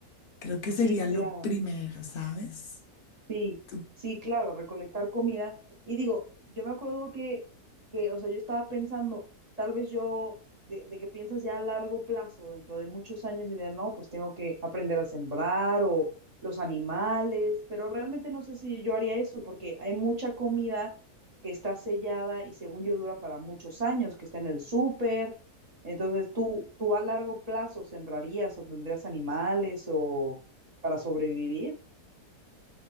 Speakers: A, on the left (about 55°); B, on the right (about 40°).
A: Creo que
B: sí,
A: sería lo
B: claro.
A: primero, ¿sabes?
B: Sí,
A: ¿Tú?
B: sí, claro, recolectar comida. Y digo, yo me acuerdo que, que, o sea, yo estaba pensando, tal vez yo, de, de que piensas ya a largo plazo, dentro de muchos años, y de no, pues tengo que aprender a sembrar o los animales, pero realmente no sé si yo haría eso, porque hay mucha comida que está sellada y según yo dura para muchos años, que está en el súper. Entonces, ¿tú, tú a largo plazo sembrarías o tendrías animales o para sobrevivir?